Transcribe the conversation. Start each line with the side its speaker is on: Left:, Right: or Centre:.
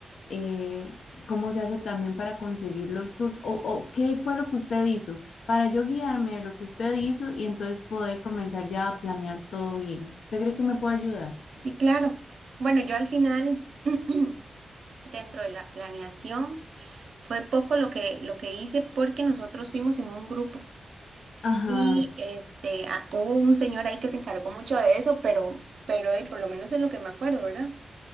Left: eh, cómo se hace también para conseguir los tours o, o qué fue lo que usted hizo para yo guiarme de lo que usted hizo y entonces poder comenzar ya a planear todo bien. ¿Usted cree que me puede ayudar?
Right: Y claro, bueno, yo al final, <clears throat> dentro de la planeación, fue poco lo que, lo que hice porque nosotros fuimos en un grupo.
Left: Ajá,
Right: Y este, ah, hubo un señor ahí que se encargó mucho de eso, pero, pero eh, por lo menos es lo que me acuerdo, ¿verdad?